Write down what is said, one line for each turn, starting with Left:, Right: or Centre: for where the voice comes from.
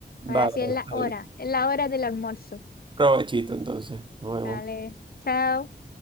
Left: Ahora
Right: Vale,
Left: sí es la
Right: vale.
Left: hora, es la hora del almuerzo.
Right: Provechito entonces. Nos vemos.
Left: Vale, chao.